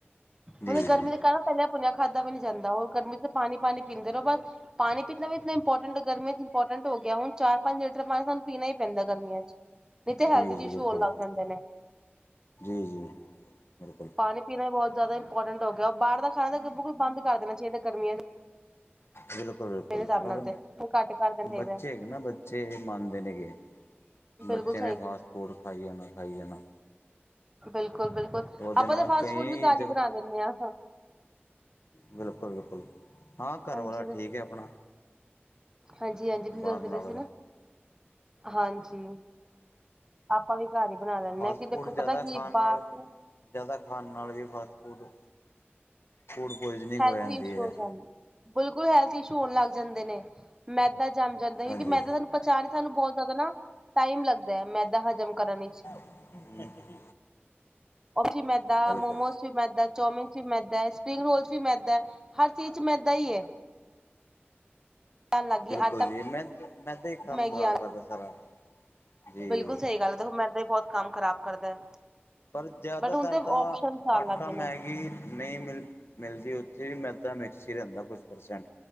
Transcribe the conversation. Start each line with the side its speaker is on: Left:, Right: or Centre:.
Left: ਜੀ
Right: ਹੁਣ ਗਰਮੀ
Left: ਜੀ
Right: ਤੇ ਕਹਿ ਪਹਿਲਾਂ ਭੁੰਨਿਆ ਖਾਧਾ ਵੀ ਨੀ ਜਾਂਦਾ, ਉਹ ਗਰਮੀ ਚ ਪਾਣੀ- ਪਾਣੀ ਪੀਂਦੇ ਰਹੋ। ਬਸ ਪਾਣੀ ਪੀਣਾ ਵੀ ਇਤਨਾ ਇੰਪੋਰਟੈਂਟ ਗਰਮੀਆਂ ਚ ਇੰਪੋਰਟੈਂਟ ਹੋ ਗਿਆ ਹੁਣ, ਚਾਰ -ਪੰਜ ਲੀਟਰ ਪਾਣੀ ਸਾਨੂੰ ਪੀਣਾ ਈ ਪੈਂਦਾ ਗਰਮੀਆਂ ਚ ਨਹੀਂ ਤੇ ਹੈਲਥ
Left: ਜੀ,
Right: ਚ
Left: ਜੀ
Right: ਇਸ਼ੂ
Left: ਬਿਲਕੁਲ,
Right: ਹੋਣ ਲੱਗ ਜਾਂਦੇ ਨੇ
Left: ਜੀ, ਜੀ ਬਿਲਕੁਲ।
Right: ਪਾਣੀ ਪੀਣਾ ਵੀ ਬਹੁਤ ਜ਼ਿਆਦਾ ਇੰਪੋਰਟੈੰਟ ਹੋ ਗਿਆ। ਬਾਹਰ ਦਾ ਖਾਣਾ ਗ ਬੁ ਬੰਦ ਕਰ ਦੇਣਾ ਚਾਹੀਦਾ ਗਰਮੀੀਆਂ ਚ।
Left: ਬਿਲਕੁਲ-ਬਿਲਕੁਲ
Right: ਮੇਰੇ ਹਿਸਾਬ
Left: ਪਰ
Right: ਨਾਲ ਤੇ ਘੱਟ ਕਰ ਦੇਣਾ ਚਾਹੀਦਾ
Left: ਬੱਚੇ ਹੈਨਾ ਬ। ਬੱਚੇ ਮੰਨਦੇ ਨੀ ਗੇ,
Right: ਬਿਲਕੁਲ
Left: ਬੱਚੇ ਨੇ ਫਾਸਟ-ਫੂਡ ਖਾਈ ਜਾਣਾ, ਖਾਈ ਜਾਣਾ।
Right: ਬਿਲਕੁਲ-ਬਿਲਕੁਲ
Left: ਉਹਦੇ
Right: ਆਪਾਂ
Left: ਨਾਲ
Right: ਤਾਂ ਫਾਸਟ
Left: ਕਈ
Right: ਫੂਡ ਵੀ ਘਰ ਹੀ ਬਣਾ ਦਿੰਦੇ ਹਾਂ ਹਾ।
Left: ਬਿਲਕੁਲ-ਬਿਲਕੁਲ, ਹਾਂ ਘਰਵਾਲਾ
Right: ਹਾਂਜੀ
Left: ਠੀਕ ਹੈ ਆਪਣਾ।
Right: ਹਾਂਜੀ-ਹਾਂਜੀ, ਤੁਸੀਂ
Left: ਬਾਹਰ
Right: ਦੱਸਦੇ ਪਏ
Left: ਨਾਲੋਂ
Right: ਸੀ
Left: ਤਾਂ
Right: ਨਾ ਹਾਂਜੀ। ਆਪਾਂ ਵੀ ਘਰ ਹੀ ਬਣਾ ਲੈਂਦੇ
Left: ਫਾਸਟ
Right: ਹਾਂ ਕਿ
Left: ਫੂਡ
Right: ਦੇਖੋ
Left: ਜ਼ਿਆਦਾ
Right: ਪਤਾ ਕੀ
Left: ਖਾਣ
Right: ਬਾਹਰ
Left: ਨਾਲ
Right: ਚ।
Left: ਜ਼ਿਆਦਾ ਖਾਣ ਨਾਲ ਵੀ ਫਾਸਟ ਫੂਡ, ਫੂਡ ਪੁਆਇਜ਼ਨਿੰਗ
Right: ਹੈਲਥ
Left: ਹੋ ਜਾਂਦੀ
Right: ਵੀ ਇਸ਼ੂ
Left: ਐ।
Right: ਹੋ ਜਾਂਦੇ ਬਿਲਕੁਲ, ਹੈਲਥ ਇਸ਼ੂ ਹੋਣ ਲੱਗ ਜਾਂਦੇ ਨੇ। ਮੈਦਾ ਜਮ ਜਾਂਦਾ, ਕਿਉਂਕਿ,
Left: ਹਾਂਜੀ
Right: ਮੈਦਾ ਸਾਨੂੰ ਪਚਾਣ ਸਾਨੂੰ ਬਹੁਤ ਜ਼ਿਆਦਾ ਨਾ ਟਾਈਮ ਲੱਗਦਾ ਹੈ, ਮੈਦਾ ਹਜ਼ਮ ਕਰਨ ਵਿੱਚ।
Left: ਹ
Right: ਓਫੀ ਮੈਦਾ
Left: ਬਿਲਕੁਲ
Right: ਮੋਮੋਸ ਵੀ ਮੈਦਾ, ਚੌਮਿਨ ਚ ਵੀ ਮੈਦਾ ਹੈ, ਸਪਰਿੰਗ ਰੋਲਸ ਵੀ ਮੈਦਾ, ਹਰ ਚੀਜ਼ ਚ ਮੈਦਾ ਹੀ ਹੈ। ਆਣ ਲੱਗ ਗਈ
Left: ਬਿਲਕੁਲ
Right: ਆਟਾ
Left: ਜੀ, ਮੈਂ ਮੈਂਦਾ ਹੀ ਕੰਮ
Right: ਮੈਗੀ
Left: ਖ਼ਰਾਬ
Right: ਆਣ
Left: ਕਰਦਾ ਸਾਰਾ। ਜੀ
Right: ਬਿਲਕੁਲ ਸਹੀ ਗੱਲ, ਦੇਖੋ ਮੇਦਾ ਵੀ ਬਹੁਤ ਕੰਮ ਖ਼ਰਾਬ ਕਰਦਾ।
Left: ਪਰ, ਜ਼ਿਆਦਾਤਰ
Right: ਬਟ ਹੁਣ ਤੇ
Left: ਤਾਂ
Right: ਓਪਸ਼ਨ ਆਣ
Left: ਆਟਾ
Right: ਲੱਗ ਗਏ
Left: ਮੈਗੀ
Right: ਨੇ
Left: ਨਹੀਂ ਮਿਲ ਮਿਲਦੀ, ਉੱਥੇ ਵੀ ਮੈਦਾ ਮਿਕਸ ਹੀ ਰਹਿੰਦਾ ਕੁਛ ਪਰਸੈਂਟ।